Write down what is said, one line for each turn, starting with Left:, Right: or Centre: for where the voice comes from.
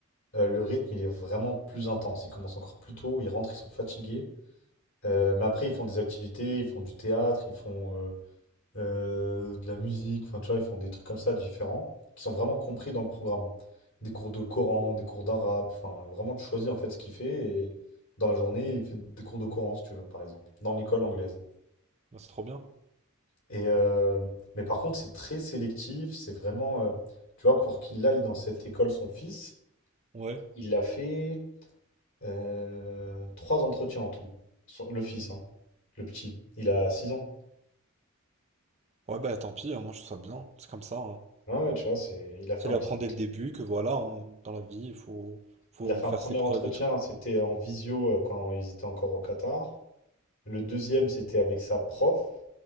Left: euh, le rythme il est vraiment plus intense. Ils commencent encore plus tôt, ils rentrent, ils sont fatigués. Euh, mais après, ils font des activités, ils font du théâtre, ils font euh, euh, de la musique, enfin tu vois, ils font des trucs comme ça différents, qui sont vraiment compris dans le programme. Des cours de Coran, des cours d'arabe, enfin vraiment tu choisis en fait ce qu'il fait et dans la journée il fait des cours de Coran si tu veux par exemple, dans l'école anglaise.
Right: Bah, c'est trop bien.
Left: Et euh, mais par contre c'est très sélectif, c'est vraiment, euh, tu vois, pour qu'il aille dans cette école son fils,
Right: Ouais.
Left: il l'a fait euh, trois entretiens en tout, Son- le fils, hein, le petit, il a six ans.
Right: Ouais bah tant pis, hein, moi je trouve ça bien, c'est comme ça. hein.
Left: Ouais, ouais, tu vois, c'est, il a fait
Right: Ça
Left: un
Right: lui
Left: petit.
Right: apprend dès le début que voilà, hein, dans la vie, il faut, faut
Left: Il a fait
Right: faire
Left: un premier
Right: ses preuves
Left: entretien,
Right: et tout.
Left: c'était en visio euh, quand ils étaient encore au Qatar. Le deuxième, c'était avec sa prof,